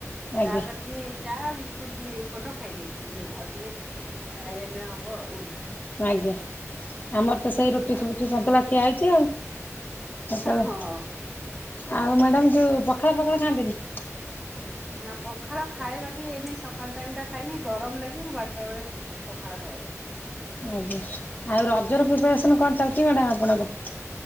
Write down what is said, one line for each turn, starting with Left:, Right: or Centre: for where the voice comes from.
Left: ଆଜ୍ଞା।
Centre: ଚା ଟା ଟିକେ ଚାହା ବିସ୍କୁଟ ଦି ଏଇପଟ ଖାଇ ଦେଇଛି ଆଉ ଟିକେ ଖାଇ ଏବେ ହବ ଆଉ।
Left: ଆଜ୍ଞା ଆମର ତ ସେଇ ରୁଟି,
Centre: ଆଉ
Left: ରୁଟି ସନ୍ତୁଳା ଖିଆ ହେଇଛି ଆଉ। ଆ ଚାଳ
Centre: ହଁ।
Left: ଆଉ ମ୍ୟାଡାାମ ଯୋଉ ପଖାଳ ପଖାଳ ଖାଆନ୍ତିନି?
Centre: ନା ପଖାଳ ଖାଏ ବାକି ଏଇନା ସକାଳ ଟାଇମ୍ ଟା ଖାଇନି, ଗରମ ଲାଗି ମୁଁ ବାରଟା ବେଳେ ପଖାଳ ଖାଏ।
Left: ଆଜ୍ଞା, ଆଉ ରଜର
Centre: ହଁ।
Left: ପ୍ରିପାରେସନ କଣ ଚାଲିଛି ମ୍ୟାଡାମ ଆପଣଙ୍କର?